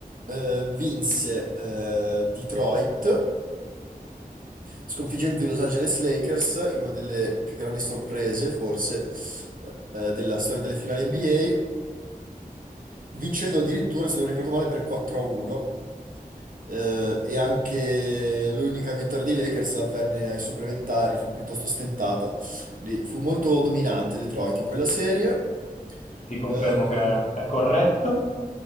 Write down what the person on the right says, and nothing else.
eh, vinse eh, Detroit, sconfiggendo i Los Angeles Lakers in una delle più grandi sorprese, forse, eh, della storia delle finali NBA, vincendo addirittura, se non ricordo male, per 4 a 1 Eh, e anche l'unica vittoria dei Lakers avvenne ai supplementari, fu piuttosto stentata. Quindi fu molto dominante Detroit in quella serie.
Ehm,